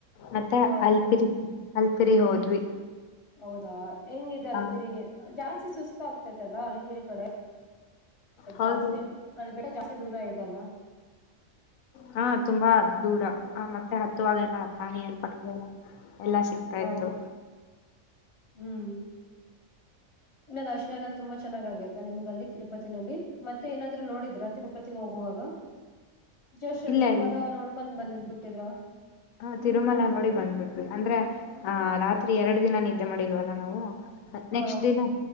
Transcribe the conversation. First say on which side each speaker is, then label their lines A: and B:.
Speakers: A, on the left; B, on the left.
A: ಮತ್ತೆ
B: ಹ
A: ಅಲ್ಪಿರಿ ಅಲ್ಪಿರಿ ಹೋದ್ವಿ
B: ಹೌದಾ ಹೆಂಗಿದೆ ಅಲಿಪಿರಿ
A: ಹ
B: ಜಾಸ್ತಿ ಸುಸ್ತು ಆಗ್ತೇತಲ್ಲ ಅಲಪಿರಿ ಕಡೆ
A: ಹೌದು
B: ಜಾಸ್ತಿ ಅ ಬೆ ಜಾಸ್ತಿ ದೂರ ಇದೆಲ್ಲ
A: ಹಾ ತುಂಬಾ ದೂರ ಆ ಮತ್ತೆ ಹತ್ತುವಾಗೆಲ್ಲ ಪ್ರಾಣಿ ಎಲ್ ಪಕ್ಕಿ ಎಲ್ಲ ಎಲ್ಲಾ ಸಿಗ್ತಾ
B: ಹಾ
A: ಇತ್ತು
B: ಹ್ಮ್ ಇನ್ನಾದ್ರ್ಶನೆ ಎಲ್ಲ ತುಂಬಾ ಚೆನ್ನಾಗ ಆಗೈತಾ ನಿಮ್ಗ ಅಲ್ಲಿ ತಿರುಪತಿನಲ್ಲಿ ಮತ್ತೆ ಏನಾದ್ರು ನೋಡಿದೀರಾ ತಿರುಪತಿಗೆ ಹೋಗುವಾಗ ಜಸ್
A: ಇಲ್ಲ
B: ತಿರುಮಲ
A: ಇಲ್ಲ
B: ನೋಡ್ಕೊಂಡ್ ಬಂದಿದ್ ಬಿಟ್ಟಿದ್ರ
A: ಹ ತಿರುಮಲ ನೋಡಿ ಬಂದ್ಬಿಟ್ವಿ ಅಂದ್ರೆ ಆ ರಾತ್ರಿ ಎರಡು ದಿನ ನಿದ್ದೆ ಮಾಡಿಲ್ವಲ್ಲ ನಾವು
B: ಹ
A: ನೆಕ್ಸ್ದಿನ